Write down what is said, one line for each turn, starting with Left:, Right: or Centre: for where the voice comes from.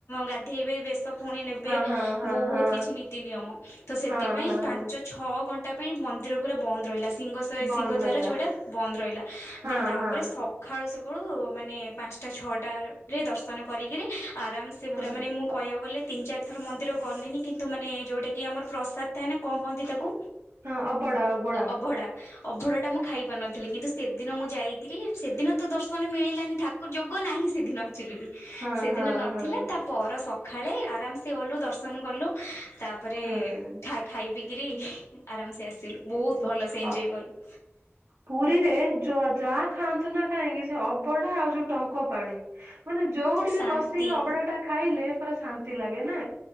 Left: ଗା ଧେଇବେ ବେଶ ଫୁଣି ନେବେ
Right: ହଁ ହଁ
Left: ବହୁତ୍
Right: ହଁ
Left: କିଛି ନୀତି ନିୟମ ତ ସେଥିପାଇଁ
Right: ହଁ ହଁ
Left: ପାଞ୍ଚ ଛଅ ଘଣ୍ଟା ପାଇଁ ମନ୍ଦିର ପୁରା ବନ୍ଦ ରହିଲା। ଶିଂଙ୍ଗ
Right: ବନ୍ଦ
Left: ସିଂଘ ଦ୍ୱାର
Right: ରହିଲା
Left: ଯୋଉଟା ବନ୍ଦ ରହିଲା
Right: ହଁ
Left: ଦେନ୍ ତାପରେ
Right: ହଁ
Left: ସ ଖାଳୁ ସକାଳୁ ମାନେ ପାଞ୍ଚଟା ଛଅଟାରେ ଦର୍ଶନ କରିକିରି ଆରାମ୍ସେ
Right: ହଁ
Left: ପୁରା ମାନେ ମୁଁ କହିବାକୁ ଗଲେ ତିନି ଚାରି ଥର ମନ୍ଦିର ଗଲିଣିି କିନ୍ତୁ ମାନେ ଯୋଉଟାକି ଆମର ପ୍ରସାଦ ଥାଏ ନା କଣ କହନ୍ତି ତାକୁ?
Right: ହଁ ଅବଡା ଅବଡ଼ା।
Left: ଅଭଢା ଅଭଢାଟା ମୁଁ ଖାଇ ପାରିନଥିଲି କିନ୍ତୁ ସେଦିନ ମୁଁ ଯାଇକିରି ସେଦିନ ତ ଦର୍ଶନ ମିଳିଲାନି ଠାକୁର ଯୋଗ ନାହିଁ ସେଦିନ। <unintelligible>
Right: ହଁ
Left: ସେଦିନ
Right: ହଁ
Left: ନଥିଲା
Right: ହଁ
Left: ତା ପର ସଖାଳେ ଆରାମ୍ସେ ଗଲୁ ଦର୍ଶନ କଲୁ, ତାପରେ
Right: ହଁ
Left: ଖାଇ ଖାଇ ପିିଇକିରି ଆରାମ୍ସେ ଆସିଲୁ ବହୁତ୍ ଭଲସେ ଏଞ୍ଜୟ
Right: ଅ
Left: କଲୁ।
Right: ପୁରୀରେ ଯ ଯାହା ଖାଆନ୍ତୁ ନା କାହିଁକି ସେ ଅବଢା ଆଉ ଯୋଉ ଟଙ୍କ ପାଣି ମାନେ ଯୋଉଠି ବି
Left: ଶାନ୍ତି
Right: ବସିକି ଅବଢାଟା ଖାଇଲେ ପୁରା ଶାନ୍ତି ଲାଗେ ନା।